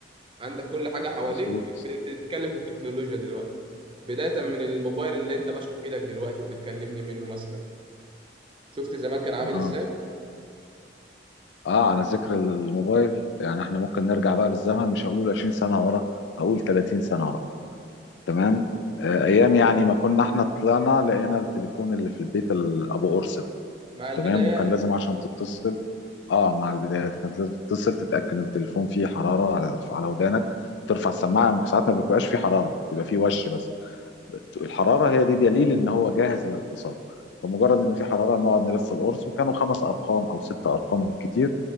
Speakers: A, on the right; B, on the left.
A: عندك كل حاجة حواليك
B: مظبوط
A: بتتكلم في التكنولوجيا دلوقتي بداية من الموبايل اللي انت ماسكه في ايدك دلوقتي وبتكلمني منه مثلا شفت زمان كان عامل
B: اها
A: ازاي
B: اه على ذكر الموبايل يعني احنا ممكن نرجع بقى بالزمن مش هقول 20 سنه ورا هقول 30 سنه ورا تمام آه ايام يعني ما كنا احنا طلعنا لقينا التليفون اللي في البيت ال- ابو قرص ده
A: مع البدايات
B: تمام وكان لازم عشان تتصل اه مع البدايات كانت لازم تتصل تتاكد ان التليفون فيه حراره على على ودانك ترفع السماعه ساعات ما بيبقاش فيه حراره بيبقى فيه وش بس الحراره هي دي دليل ان هو جاهز للاتصال فمجرد ان في حراره نقعد نلف القرص وكانوا خمس ارقام او ست ارقام بالكتير